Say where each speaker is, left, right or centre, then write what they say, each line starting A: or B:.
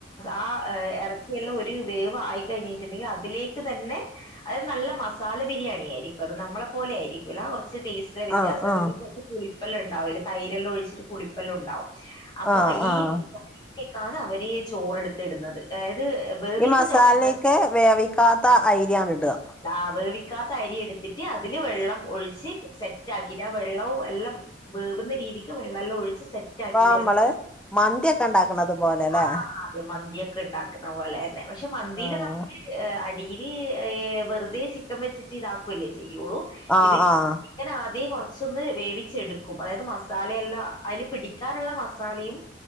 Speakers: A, on the left; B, in the centre.
A: ആഹ് എറ ഇള്ള ഒരു വേവായി കഴിഞ്ഞിട്ട്ണ്ടെങ്കി അതിലേക്ക് തന്നെ അത് നല്ല മസാല ബിരിയാണി ആയിരിക്കു. അത് നമ്മളെ പോലെ ആയിരി വല്ലാ കൊറച്ച്ടേസ്റ്റില് വ്യത്യാസതിന്റെ
B: ആഹ് ആഹ്
A: കൊറച്ച് പുളിപ്പെല്ലാംണ്ടാവും അയ്‌ല് തൈരെല്ലാം ഒഴിച്ചിട്ട് പുളിപ്പെല്ലാംണ്ടാവും അപ്പൊ
B: ആഹ്
A: ഈഹ്
B: ആഹ്
A: <unintelligible> ക്കാണ് അവര് ചോറെടുത്തിടുന്നത് അതായത് വേവിച്ച
B: ഈ മസാലേക്ക്
A: ചോറ്
B: വേവിക്കാത്ത അയ്രാണ് ട
A: ആഹ് വേവിക്കാത്ത അരി എടുത്തിട്ട് അതില് വെള്ളം ഒഴിച്ച് സെറ്റ് ആക്കിട്ട് ആ വെള്ളവും എല്ലാം വേവുന്ന രീതിക്ക് വെള്ളം എല്ലാം ഒഴിച്ച് സെറ്റ്
B: ഇപ്പ
A: ആക്കിയിട്ട്
B: മ്മള് മന്തിയൊക്കെ ഉണ്ടാക്കണതു പോലെല്ലെ
A: ആഹ് മന്തിയൊക്കെ ഉണ്ടാക്കുന്ന പോലെന്നെ പക്ഷെ മന്തിയിൽ
B: ആഹ്
A: നമ്മുക്ക് എഹ് അടിയിൽ എഹ് വെറുതെ ചി ക്കം വെച്ചിട്ട് ഇതാക്കൂല്ലേ ചെയ്യുള്ളൂ
B: ആഹ്
A: ഇതില്
B: ആഹ്
A: ക്കനാദ്യേ കൊറച്ചൊന്ന് വേവിച്ചെടുക്കും അതായത് മസാലയല്ല അയ്ല് പിടിക്കാനുള്ള മസാലയും